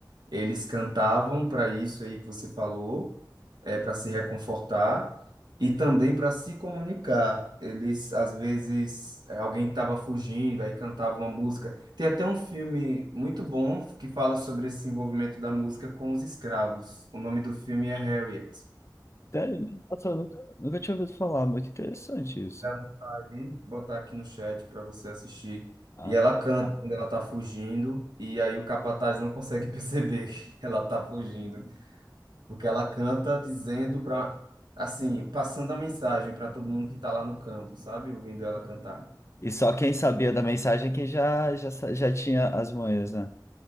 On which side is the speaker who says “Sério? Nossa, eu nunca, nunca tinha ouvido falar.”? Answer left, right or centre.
Left